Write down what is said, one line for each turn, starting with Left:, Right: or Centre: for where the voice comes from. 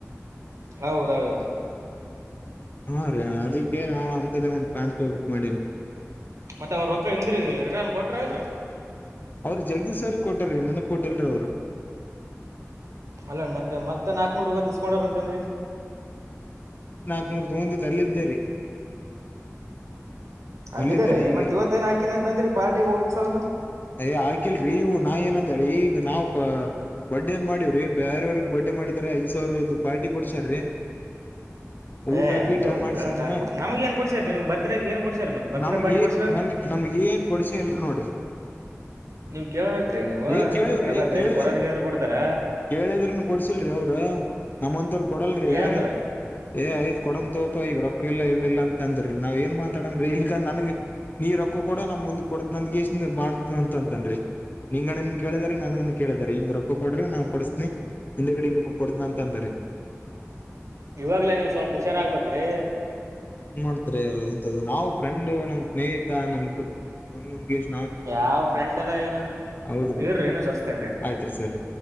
Right: ಹೌದ ಹೌದ
Left: ಹಾ ರೀ ಅದಕ್ಕೆ ನಾ ಅಂತದೇ ಒಂದ್ ಪ್ಯಾಂಟ್ ತಗೋಬೇಕ್ ಮಾಡಿನ್
Right: ಮತ್ತ್ ಅವರು ರೊಕ್ಕ ಹಿಂದ್ರಿ ರಿಟರ್ನ್ ಕೊಟ್ರ ಇಲ್ರಿ
Left: ಅವ್ರರು ಜಗದೀಶ್ ಸರ್ ಗೆ ಕೊಟಾರ್ರೀ ನನಗ್ ಕೊಟ್ಟಿಲ್ ರಿ ಅವ್ರು
Right: ಅಲ್ಲ ಮತ್ತತ್ ಮತ್ತತ್ ನಾಕ್ನೂರ್ ಇವ ತಸ್ಕೊಂಡ್ರ ಅಂತನ್ರಿ
Left: ನೂರು ತೊಗಂದು ತರಲಿದ್ದೇರಿ
Right: ಅಲ್ಲಿದ್ದಾರೆ
Left: ಅಲ್ಲಿದ್ದರಿ ಈಗ
Right: ಮತ್ ಇವತ್ತೇನ್ ಹಾಕಿನ ಅಂತಂದ್ರಿ ಪಾರ್ಟಿಗೆ ಹೋಗಕ್ ಸಲ
Left: ಯ ಆಕಲ್ರಿ ಇವು ನಾ ಏನಂದ್ರ ಈಗ ಈ ನಾವು ಪ ಬರ್ಡೇ ಅ ಮಾಡಿವವ್ರೀ ಬೇರವ್ರಿಗೆ ಬರ್ಡಡೆ ಮಾಡಿದ್ರ ಐದ ಸಾವಿರದ ಪಾರ್ಟಿ ಕೊಡ್ಸಾರ್ರೀ ಊಟಗಿಟ
Right: ಏ ಅದು
Left: ಮಾಡ್ಸನ್
Right: ಹೇಳಕ್ ಆಗಲ್ ಬಿಟ್ ನಮಗ ಏನ್ ಕೊಡ್ಸ್ಯಾರ ನಿಮ್ಗ್ ಬರ್ತ್ಡೇಗ್ ಏನ್ ಕೊಡ್ಸ್ಯಾರ ಮತ್ ಬರ್ತ್ಡೇ
Left: ನಮಗಿ
Right: ಪಾರ್ಟಿ ಕೊಡ್ಸಿಲ್ಲಲ್ರಿ
Left: ನಮಗ್ ನಮ್ಗ ಏನ್ ಕೊಡ್ಸ ಇಲ್ರಿ ನೋಡ್ರಿ
Right: ನೀವ್ ಕೇಳ್ಬೇಕ್ರಿ ನೀವು
Left: ಏ ಕೇಳಿವ್ರಿ
Right: ಎಲ್ಲಾ ಬೇರೆ
Left: ಕೇಳಿದ
Right: ಕೊಡೋರ್ಗ ಯಾರು ಕೊಡ್ತಾರ
Left: ಕೇಳಿದ್ರನು ಕೊಡ್ಸಿಲ್ರಿ ಅವ್ರ ನಮ್ಮಂತರು ಕೊಡಲ್ರಿ
Right: ಏನಂದ್ರ
Left: ಯಾರ ಏ್ಯ ಕೊಡಮ್ ತೋಪ ಈಗ ರೊಕ್ಕ ಇಲ್ಲ ಏನ್ ಇಲ್ಲ ಅಂತ ಅಂದ್ರರಿ ನಾವ್ ಏನ್ ಮಾತಾಡಮ್ರಿ ನನಗೆ ನೀರಕ್ಕ ನೀ ಕೊಡು ನಾ ಮುಂದಕೊಡುತ್ತೀನಿ ಕೊಡುತ್ತೇನೆ ನಿಂಗಣ್ಣ ಕೊಡ ನಮ ಒಂದ ಕೊಡತನಂದ ಕೇಳಿದಾರ ನನ್ಗನ ಕೇಳಿದಾರ ಹಿಂಗ ರೊಕ್ಕ ಕೊಡ್ರಿ ನಾ ಕೊಡತನಿ ಹಿಂದ ಗಡ ನಿಮಗ್ ಕೊಡತನ ಅಂತ ಅಂದ್ರ
Right: ಇವಾಗ್ಲ ನೀವು್ ಸ್ವಲ್ಪ ಹುಷಾರಹಗಬೇಕ್ರಿ
Left: ಆದ್ರೆ ನಾವು ಫ್ರೆಂಡ್ ನಮ್ ಸ್ನೇಹಿತ ನಮ್ ಒಂದೊಂದ್ ಎಷ್ಟ
Right: ಯಾವ ಫ್ರೆಂಡ್ ಎಲ್ಲಾ ಏನಲ್ರು
Left: ಹೌದ್ರಿ
Right: ಇರಿ ಏನು ಸಸ್ತೇನ್ರೀ
Left: ಆಯ್ತ್ರಿ ಸರಿ